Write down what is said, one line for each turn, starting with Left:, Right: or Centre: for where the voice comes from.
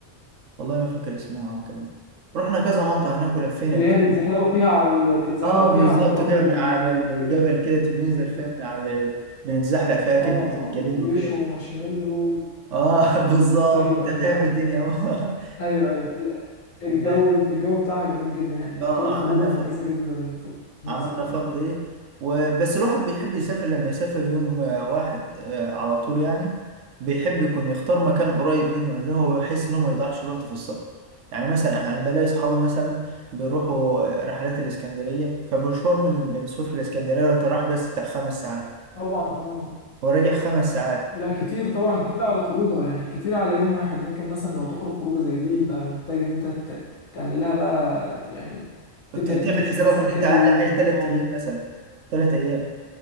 Right: والله ما فاكر اسمها كمان رحنا كذا منطقه هناك ولفينا
Left: اللي
Right: كتير
Left: هي بيتزحلقوا فيها على ال... بيتزحلقوا
Right: اه
Left: فيها
Right: بالظبط
Left: على الرمل
Right: كده
Left: وبيعملوا
Right: من على ال- الجبل
Left: فيها أنشطة
Right: كده تبي ننزل
Left: زي كده
Right: فيها من على ال- بنتزحلق فيها كده
Left: اه
Right: زي
Left: اه
Right: الجليد
Left: وبيشوا
Right: وكده
Left: مارشميلو
Right: اه <laughs> بالظبط
Left: ايوه
Right: انت
Left: ايوه
Right: فاهم
Left: ايوه
Right: الدنيا اهو
Left: ايوه ايوه لا،
Right: <laughs>
Left: الجو
Right: و-
Left: الجو بتاعها جميل جدا يعني يعتبر
Right: اه
Left: خروجه
Right: عملنا
Left: مميزه
Right: ف...
Left: جدا في مصر
Right: عملنا
Left: عامه
Right: فن دي وبس الواحد بيحب يسافر لما يسافر يوم آه، واحد آه، على طول يعني بيحب يكون يختار مكان قريب منه اللي هو بحيث انه ما يضيعش الوقت في السفر يعني مثلا انا بلاقي اصحابي مثلا بيروحوا رحلات الاسكندريه فمشوار من بين سويف للاسكندريه انت رايح بس بتاع خمس ساعات
Left: طبعا اه
Right: هو راجع خمس ساعات
Left: لا كتير طبعا كتير على خروجه يعني كتير على يوم واحد ممكن مثلا لو تخرج خروجه زي دي يبقى محتاج ان انت ت- تعمل لها بقى يعني تبدا
Right: فبت- تعمل
Left: ان انت تشوف
Right: حسابك
Left: مثلا
Right: ان
Left: كذا
Right: انت اقل
Left: يوم
Right: حاجه ثلاث
Left: تقعد
Right: ايام مثلا ثلاث ايام